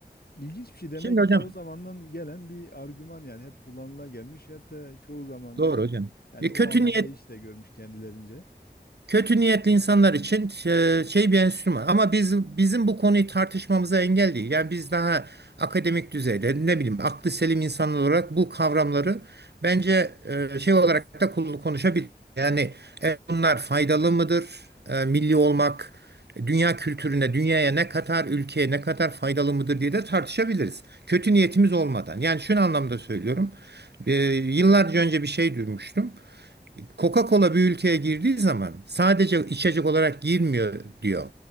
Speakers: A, on the left (about 65°); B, on the right (about 80°).
A: İlginç bir şey. Demek
B: Şimdi
A: ki
B: hocam
A: ta o zamandan gelen bir argüman yani hep kullanıla gelmiş. Hep de çoğu zamanda
B: doğru hocam.
A: yani
B: E,
A: o
B: kötü
A: anlamda
B: niyet
A: hiç de görmüş kendilerince.
B: Kötü niyetli insanlar için e, şey bir enstrüman. Ama biz, bizim bu konuyu tartışmamıza engel değil. Yani biz daha akademik düzeyde ne bileyim aklı selim insanlar olarak bu kavramları bence e, şey olarak da kul- konuşabiliriz. Yani e, bunlar faydalı mıdır? E, Milli olmak e, dünya kültürüne, dünyaya ne kadar, ülkeye ne kadar faydalı mıdır diye de tartışabiliriz. Kötü niyetimiz olmadan. Yani şunu anlamda söylüyorum. E, yıllarca önce bir şey duymuştum. Coca-Cola bir ülkeye girdiği zaman sadece içecek olarak girmiyor diyor.